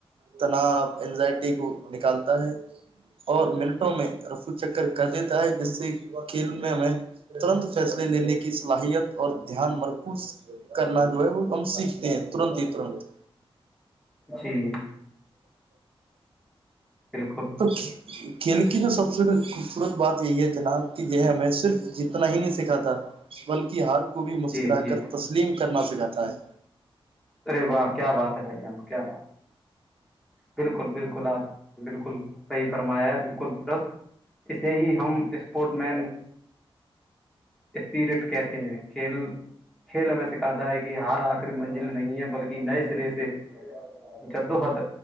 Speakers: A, on the right; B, in the centre.
A: تناؤ ازائٹی کو نکالتا ہے اور منٹوں میں رفو چکر کر دیتا ہے جس سے کھیل میں ہمیں ترت فیصلے لینے کی صلاحیت اور دان مرکس کرنا جو ہے وہ ہم سیکھتے ہیں تنت ہی تنت
B: جی بالکل
A: توک کلکی کے سب سے ت بات یہی ہے جناب کہ یہ ہے ہمیں صرف جتنا ہی نہیں سکھا تھا بلکہ ہال کو بھی مسکرا
B: جی جی
A: کر تسلیم کر کرنا سکھاتا ہے
B: ارے واہ کیا بات ہے بھائی ہم کیا بات ہے بالکل بالکل آپ بالکل صحیح فرمایا ہے بالکل درست اسے ہی ہم اس اسپورٹ مین اسپیرٹ کہتے ہیں کھیل کھیل ہمیں سکھاتا ہے کہ ہار آخر منزل نہیں ہے بلکہ نئے سرے سے جدوہد